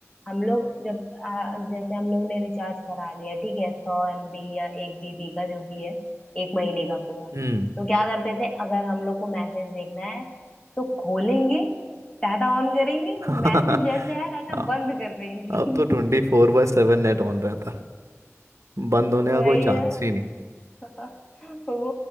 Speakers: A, on the left; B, on the right.
A: हम लोग जब आ, जैसे हम लोग ने रिचार्ज करा लिया ठीक है सौ एमबी या एक जीबी का जो भी है एक महीने का पूरा
B: हम्म
A: तो क्या करते थे अगर हम लोग को मैसेज देखना है तो खोलेंगे डाटा ऑन करेंगे
B: <laughs>
A: मैसेज जैसे आया डाटा
B: हाँ,
A: बंद कर देंगे
B: अब तो ट्वेंटी
A: <laughs>
B: फोर बाय सेवन नेट ऑन रहता बंद होने का
A: वही
B: कोई चांस
A: ना
B: ही नहीं
A: <laughs> वो